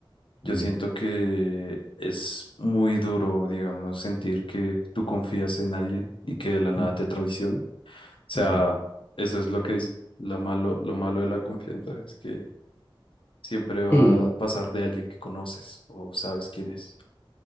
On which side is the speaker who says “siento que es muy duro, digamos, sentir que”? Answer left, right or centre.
Left